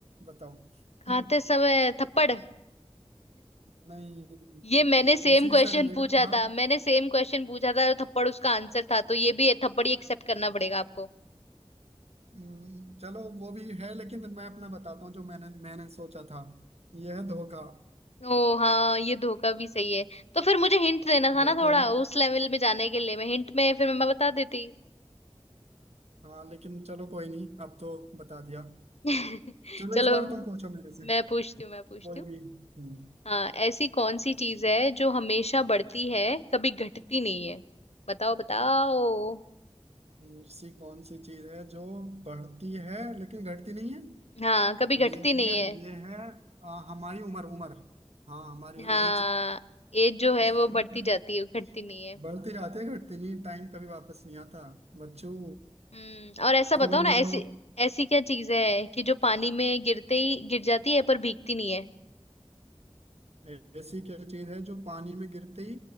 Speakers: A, on the right; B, on the left.
A: बताओ
B: खाते
A: <laughs>
B: समय थप्पड़
A: नहीं
B: ये मैंने सेम
A: उसी
B: क्वेश्चन
A: से रिलेट
B: पूछा
A: था
B: था मैंने सेम क्वेश्चन पूछा था और थप्पड़ उसका आंसर था तो ये भी थप्पड़ ही एक्सेप्ट करना पड़ेगा आपको
A: हम्म, चलो वो भी है लेकिन मैं अपना बताता हूँ जो मैंने मैंने सोचा था यह है धोखा
B: ओ हाँ
A: <laughs>
B: ये धोखा भी सही है तो फिर मुझे हिंट देना था
A: धोखा
B: ना थोड़ा
A: भी
B: उस लेवल में जाने के लिए मैं हिंट में फिर मैं बता देती
A: हाँ लेकिन चलो कोई नहीं अब तो बता दिया
B: <laughs>
A: चलो
B: चलो
A: इस बार तुम पूछो मेरे से
B: मैं पूछती हूँ मैं पूछती
A: कोई
B: हूँ
A: भी हम्म
B: हाँ ऐसी कौन सी चीज है जो हमेशा बढ़ती है कभी घटती नहीं है बताओ बताओ
A: ऐसी कौन सी चीज है जो बढ़ती है लेकिन घटती नहीं है
B: हाँ कभी
A: ये
B: घटती
A: है
B: नहीं है
A: ये है आ, हमारी उम्र उम्र हाँ हमारी
B: हाँ
A: एज
B: एज जो है
A: <laughs>
B: वो बढ़ती जाती है घटती नहीं है
A: बढ़ती जाती है घटती नहीं टाइम कभी वापस नहीं आता बच्चों
B: हम्म और ऐसा बताओ
A: और
B: ना
A: बताओ
B: ऐसी ऐसी क्या चीज है कि जो पानी में गिरते ही गिर जाती है पर भीगती नहीं है
A: ऐ- ऐसी क्या चीज है जो पानी में गिरते ही